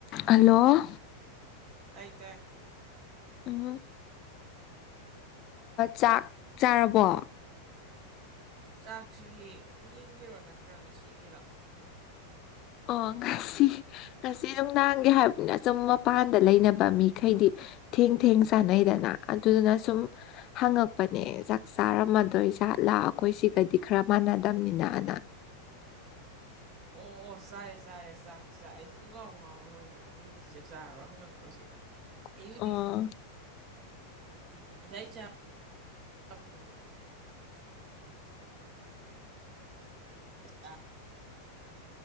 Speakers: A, on the left (about 35°); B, on the right (about 40°).
A: Hello
B: ꯇꯥꯏ ꯇꯥꯏ
A: ꯎꯝ ꯆꯥꯛ ꯆꯥꯔꯕꯣ
B: ꯆꯥꯛꯁꯤ ꯍꯌꯦꯡꯒꯤꯔꯣ ꯅꯠꯇ꯭ꯔꯣ ꯉꯁꯤꯒꯤꯔꯣ
A: ꯑꯣ ꯉꯁꯤ ꯉꯁꯤ ꯅꯨꯡꯅꯥꯡꯒꯦ ꯍꯥꯏꯕꯅꯤꯅ ꯁꯨꯝ ꯃꯄꯥꯟꯗ ꯂꯩꯅꯕ ꯃꯤꯈꯩꯗꯤ ꯊꯦꯡ ꯊꯦꯡ ꯆꯥꯟꯅꯩꯗꯅ ꯑꯗꯨꯗꯨꯅ ꯁꯨꯝ ꯍꯪꯉꯛꯄꯅꯦ ꯆꯥꯛ ꯆꯥꯔꯝꯃꯗꯣꯏꯖꯥꯠꯂꯥ ꯑꯩꯈꯣꯏ ꯁꯤꯒꯗꯤ ꯈꯔ ꯃꯥꯟꯅꯗꯕꯅꯤꯅ ꯑꯅ
B: ꯑꯣ ꯑꯣ ꯆꯥꯔꯦ ꯆꯥꯔꯦ ꯆꯥꯛꯁꯤ ꯆꯥꯛ ꯑꯩꯁꯦ ꯏꯪꯒꯥꯎ ꯉꯥꯎꯔꯨꯔꯦꯅꯦ ꯍꯧꯖꯤꯛꯇꯤ ꯆꯥꯛ ꯆꯥꯔꯔꯣ ꯍꯪꯉꯛꯄꯁꯤꯗ
A: <inaudible>
B: ꯑꯩꯌꯨꯗꯤ
A: ꯑꯣ
B: ꯌꯥ ꯆꯥꯨꯡ ꯔ